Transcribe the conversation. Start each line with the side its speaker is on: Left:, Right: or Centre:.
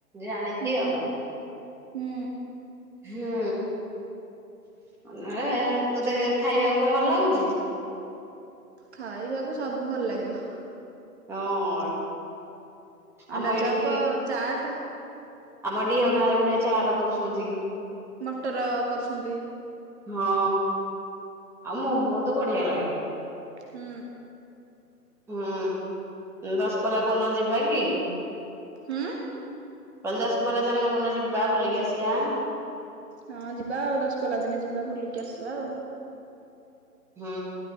Centre: ଜାଣିଛି
Right: ହୁଁ
Centre: ଆଉ।
Right: ହୁଁ।
Centre: ହୁଁ। <inaudible> ହେ ତୋତେ ଖାଇବାକୁ କଣ ଭଲ ଲାଗୁଛି?
Right: ଖାଇବାକୁ ସବୁ ଭଲ ଲାଗିବ।
Centre: ହଁ। ଆମ
Right: ଅଣ୍ଡା
Centre: ଏଇଠି
Right: ଚପ ଚାଟ।
Centre: ଆମ ଡିିହ ଗାଁରେ ବଢିଆ ଚାଟ କରୁଛନ୍ତି।
Right: ମଟର କରୁଛନ୍ତି।
Centre: ହଁ ଆଉ ମୋମୋ ତ ବଢିଆ ଲାଗେ।
Right: ହୁଁ।
Centre: ହୁଁ ଦଶପଲାକୁ ନ ଯିବା କି।
Right: ହୁଁ।
Centre: କହିଲି ଦଶପଲ୍ଲା ଚାଲୁନୁ କୋଉ ଦିନ ଯିବା ବୁଲିକି ଆସିବା।
Right: ହଁ ଯିବା ଆଉ ଦଶପଲ୍ଲା ଦିନେ ଯିବା ବୁଲିକି ଆସିବା ଆଉ।
Centre: ହୁଁ।